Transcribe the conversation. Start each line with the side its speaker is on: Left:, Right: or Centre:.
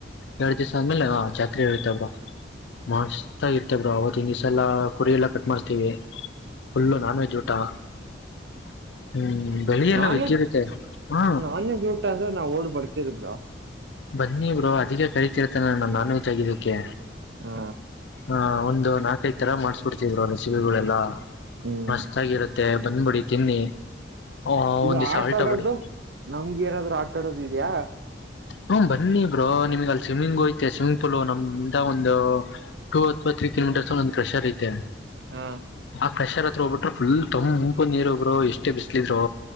Left: ಎರಡ್ ದಿಸ ಆದ್ಮೇಲೆ ಆ ಜಾತ್ರೆ ಇರುತೇ ಬ್ರೊ ಮಸ್ತಾಗಿ ಇರ್ತೇಬ್ರೊ ಅವತ್ತಿನ ದಿವಸ ಎಲ್ಲಾ ಕುರಿ ಎಲ್ಲಾ ಕಟ್ ಮಾಡಸ್ತೀವಿ ಫುಲ್ಲು ನಾನ್ ವೆಜ್ ಊಟ. ಹ್ಮ್ ಬೆಳಿಯೆಲ್ಲ
Right: ನಾನ್ ವೆಜ್
Left: ಇರುತ್ತೆ ಹಾ
Right: ನಾನ್ ವೆಜ್ ಊಟ ಅಂದ್ರೆ ನಾವು ಓಡ್ ಬರ್ತಿದ್ದೆ ಬ್ರೊ. ಹಾ
Left: ಬನ್ನಿ ಬ್ರೊ ಅದಕ್ಕೆ ಕರಿತ ಇರೋದು ತಾನೆ ನಾನು ದಗಿದುಕ್ಕೆ
Right: ಹಾ
Left: ಹಾ ಒಂದು ನಾಕೈದು ತರ ಮಾಡಿಸ್ಬಿಡ್ತ್ವಿ ಬ್ರೊ ರೆಸಿಪಿಗಳೆಲ್ಲ
Right: ಹ್ಮ್
Left: ಮಸ್ತ್ ಆಗಿರುತ್ತೆ ಮತ್ತೆ ಬಂದ್ಬಿಡಿ ತಿನ್ನಿ ಆ
Right: ಇದು
Left: ಒಂದ್ ದಿವ್ಸ
Right: ಆಟಾಡೋದು
Left: ಆಲ್ಟ ಬಿಡಿ
Right: ನಮ್ಗೆ ಏನಾದ್ರು ಆಟಾಡೋದು ಇದ್ಯಾ
Left: ಹ್ಮ ಬನ್ನಿ ಬ್ರೋ ನಿಮಗ ಅಲ್ಲಿ ಸ್ವಿಮ್ಮಿಂಗು ಐತೆ ಸ್ವಿಮ್ಮಿಂಗ್ ಪೂಲ್ ನಮ್ ಇಂತ ಒಂದು ಟು ಅಥವಾ ತ್ರೀ ಕಿಲೋಮೀಟರ್ಸ್ ಪ್ರೆಷರ್ ಐತೆ
Right: ಹಾ
Left: ಆ ಕಷರ್ ತೃಬಿಟ್ರ್ ಫುಲ್ ತಂಪು ನೀರು ಬ್ರೋ ಎಷ್ಟೇ ಬಿಸ್ಲ ಇದ್ರೂ